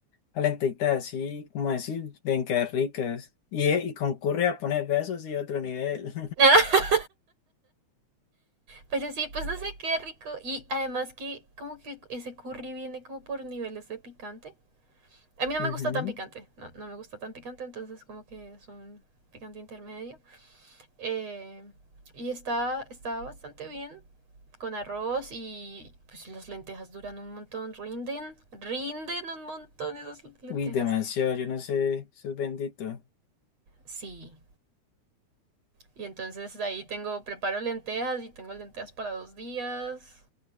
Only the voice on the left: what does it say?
calentita así, como decir, bien que ricas. Y, eh, y concurre a poner besos y otro nivel.
<laughs> Ujú.
Uy, demasiado, yo no sé, eso es bendito.